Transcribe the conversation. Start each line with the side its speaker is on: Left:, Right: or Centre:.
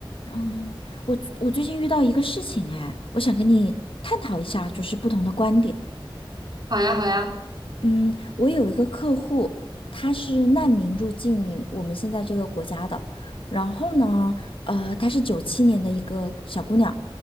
Left: 嗯，我我最近遇到一个事情，哎，我想跟你探讨一下，就是不同的观点。
Right: 好呀，好呀，
Left: 嗯，我有一个客户，他是难民入境我们现在这个国家的，然后呢，呃，她是九七年的一个小姑娘，